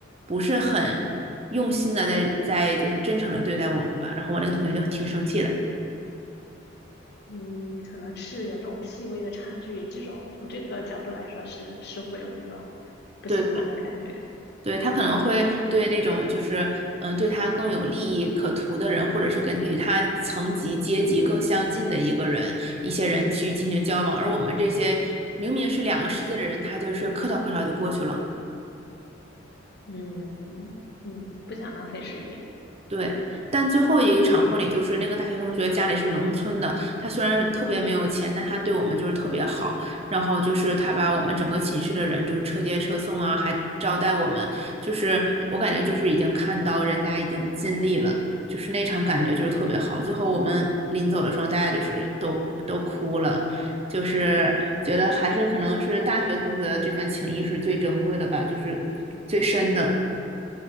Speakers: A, on the right (about 30°); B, on the left (about 60°).
A: 不是很用心的在在就是真诚的对待我们吧。然后我那个同学就挺生气的。
B: 嗯，可能是有这种细微的差距，这种从这个角度来说是是会有这种不喜欢的感觉。
A: 对对，他可能会对那种就是嗯、呃对他更有利益可图的人，或者是跟与他层级阶级更相近的一个人，一些人去进行交往，而我们这些明明是两个世界的人，他就是客套客套就过去了。
B: 嗯嗯，不想浪费时间。
A: 对，但最后一个场婚礼就是那个大学同学家里是农村的，他虽然特别没有钱，但他对我们就是特别好。然后就是他把我们整个寝室的人就是车接车送啊，还招待我们，就是我感觉就是已经看到人家已经尽力了，就是那场感觉就是特别好。最后我们临走的时候，大家就是都都哭了，就是觉得还是可能是大学同学的这份情谊是最珍贵的吧，就是最深的。